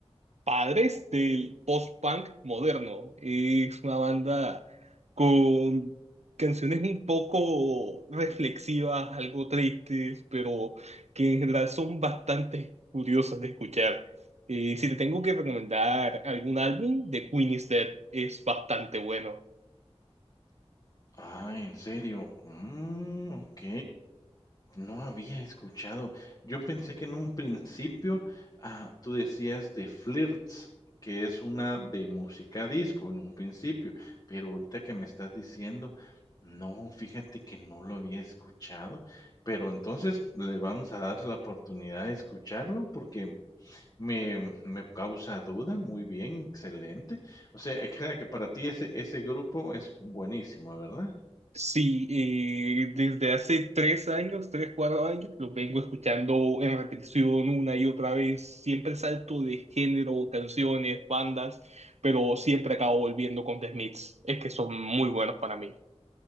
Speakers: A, on the right (about 85°); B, on the left (about 40°).
A: padres del post-punk moderno. Es una banda con canciones un poco reflexivas, algo tristes, pero que en general son bastante curiosas de escuchar. Eh, si te tengo que recomendar algún álbum, The Queen is Dead es bastante bueno.
B: Ah, ¿en serio? Mm, ok. No había escuchado. Yo pensé que en un principio, ah, tú decías de Flirts, que es una de música disco en un principio, pero ahorita que me estás diciendo, no, fíjate que no lo había escuchado, pero entonces le vamos a dar la oportunidad de escucharlo porque me, me causa duda. Muy bien, excelente. O sea, es que que para ti ese, ese grupo es buenísimo, ¿verdad?
A: Sí, eh, desde hace tres años, tres, cuatro años, lo vengo escuchando en repetición una y otra vez. Siempre salto de género, canciones, bandas, pero siempre acabo volviendo con The Smiths. Es que son muy buenos para mí.